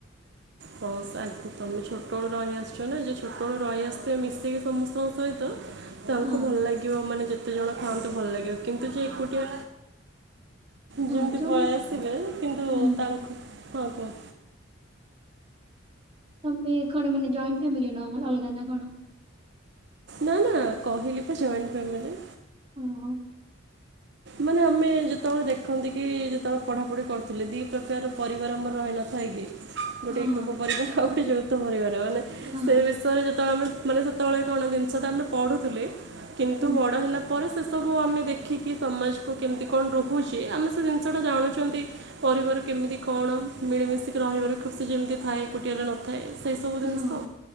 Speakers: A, on the right; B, on the right.
A: ହଁ ଆ ତମେ ଛୋଟବେଳୁ ରହିଆସିଛ ନା ଯେ ଛୋଟବେଳୁ ରହିଆସିିଥିବ ମିଶିକି ସମସ୍ତଙ୍କ ସହିତ ତାଙ୍କୁ
B: ହଁ
A: ଭଲ ଲାଗିବ ମାନେ ଯେତେ ଜଣ ଖାଆନ୍ତି। ଭଲ ଲାଗିବ କିନ୍ତୁ ଯେ ଏକୁଟିଆ
B: ହଁ
A: ଯେମିତି
B: ଯୋଉ
A: ପଳେଇଆସିବେ। କିନ୍ତୁ
B: ହୁଁ
A: ତାଙ୍କୁ ହଁ କୁହ
B: ତମେ କଣ ମାନେ ଜଏଣ୍ଟ ଫ୍ୟାମିଲି ନୁଁହ ମାନେ ଅଲଗା ନା କଣ?
A: ନା ନା କହିଲି ପା ଜଏଣ୍ଟ ଫ୍ୟାମିଲି।
B: ଓହୋଃ।
A: ମାନେ ଆମେ ଯେତେବେଳେ ଦେଖନ୍ତି କି ଯେତେବେଳେ ପଢାପଢି କରୁଥିଲେ। ଦି ପ୍ରକାର ପରିବାର ଆମର ରହିନଥାଏ କି? ଗୋଟେ
B: ହଁ
A: ଏକକ ପରିବାର ଆଉ ଗୋଟେ ଯୌଥ ପରିବାର। ମାନେ
B: ହଁ
A: ସେ ବିସ <unintelligible> ଯେତେବେଳେ ଆମେ ସେତେବେଳେ କଣ ଜିନିଷଟା ଆମେ ପଢୁଥିଲେ। କିନ୍ତୁ
B: ହୁଁ
A: ବଡ଼ ହେଲା ପରେ ସେ ସବୁ ଆମେ ଦେଖିକି। ସମାଜକୁ କେମିତି କଣ ରହୁଛି। ଆମେ ସେ ଜିନିଷଟା ଜାଣୁଛନ୍ତି। ପରିବାର କେମିତି କଣ ମିଳିମିଶିକି ରହିବାର ଖୁସି ଯେମିତି ଥାଏ। ଏକୁଟିଆରେ ନ ଥାଏ ସେଇସବୁ ଜିନିଷ
B: ହଁ